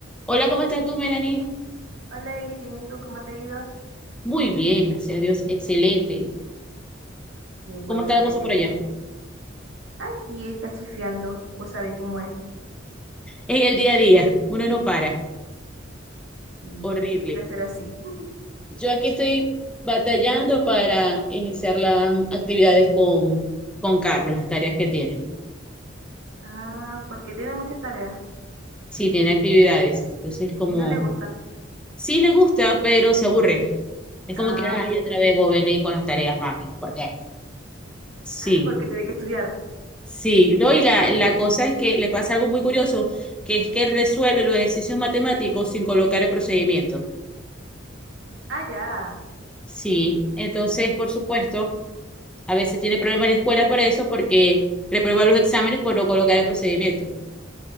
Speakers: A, in the centre; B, on the right.
A: Hola, ¿cómo estás tú, Melanie?
B: Hola Eli, bien, ¿y tú cómo te ha ido?
A: Muy bien, gracias a Dios, excelente.
B: Qué bueno,
A: ¿Cómo está la
B: me
A: cosa
B: alegro.
A: por allá?
B: Aquí eh, cachifiando, vos sabés cómo es.
A: En el día a día, uno no para,
B: Sí,
A: horrible.
B: suele ser así. <laughs>
A: Yo aquí estoy batallando para iniciar las actividades con, con Carlos, las tareas que tiene.
B: Ah, porque tiene muchas tareas
A: Sí, tiene actividades. Entonces, como,
B: y no le gustan.
A: sí le gusta, pero se aburre. Es
B: Ah,
A: como que, ay, otra
B: <laughs>
A: vez vos venís con las tareas, mami. ¿Por qué? Sí.
B: porque tiene que estudiar.
A: Sí, no, y la, la cosa es que le pasa algo muy curioso, que es que él resuelve los ejercicios matemáticos sin colocar el procedimiento.
B: Ah, ya.
A: Sí, entonces, por supuesto, a veces tiene problemas la escuela por eso, porque reprueba los exámenes por no colocar el procedimiento.